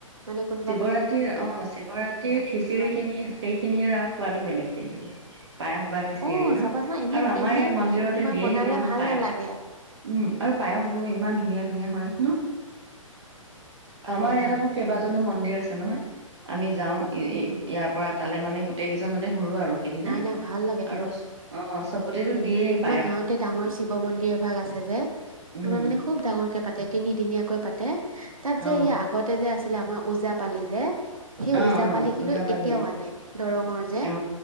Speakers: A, on the right; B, on the right.
A: মানে কোনো
B: শিৱৰাত্ৰ অ শিৱৰাতিৰ খিচিৰি খিনি সেইখিনিয়ে আৰু সোৱাদো বেলেগ কিন্তু পায়স বা খিচিৰি
A: অ
B: ন
A: চাবাচোন এনে
B: আৰু আমাৰ
A: এনে
B: ইয়াত মন্দিৰতে
A: তোমাৰ
B: দিয়ে
A: বনালে
B: থাকে নহয়
A: ভাল
B: পায়স
A: নালাগে।
B: উম আৰু পায়স বোৰো ইমান ধুনীয়া ধুনীয়া হয় ন আমাৰ
A: হয়
B: ইয়াত
A: হয়।
B: আকৌ কেইবাজনো মন্দিৰ আছে নহয় আমি যাওঁ ইয়াৰ
A: উম উম
B: পৰা তালে মানে গোটেই কেইজনতে ঘোৰো আৰু সেইদিনা
A: নাই নাই ভাল লাগে
B: আৰু অ চবতেতো দিয়ে
A: গাওঁতে ডাঙৰ শিৱ মন্দিৰ এভাগ আছে যে
B: উম
A: তোমাৰ মানে খুব ডাঙৰকে পাতে তিনিদিনীয়াকৈ পাতে তাত যে
B: অ
A: এই আগতে যে আছিলে আমাৰ ওজা পালি যে সেই
B: অ
A: ওজা
B: অ
A: পালি
B: ওজাপালি
A: কিন্তু এতিয়াও আনে দৰঙৰ যে
B: অ